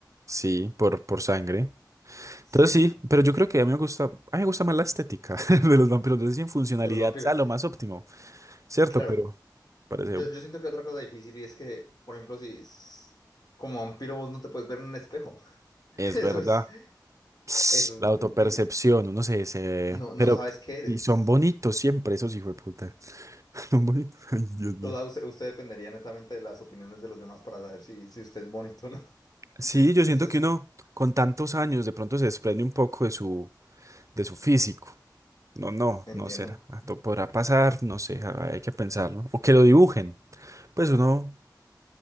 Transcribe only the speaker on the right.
Sí, por, por sangre.
Entonces
sí, pero yo creo que a mí me gusta, a mí me gusta más la estética <laughs> de los vampiros. Entonces en funcionalidad
sea lo más óptimo, ¿cierto?
Pero parece,
es
verdad.
<sniffs>
La
autopercepción,
uno se, se...
Pero,
y son bonitos siempre, esos hijos de puta. <laughs> Son bonitos. Ay, Dios mío.
Sí,
yo
siento
que
uno con tantos años de pronto se desprende un poco de su, de su físico. No, no,
no será. Ah, to- Podrá pasar, no sé, ah, hay que pensarlo. O que lo dibujen. Pues uno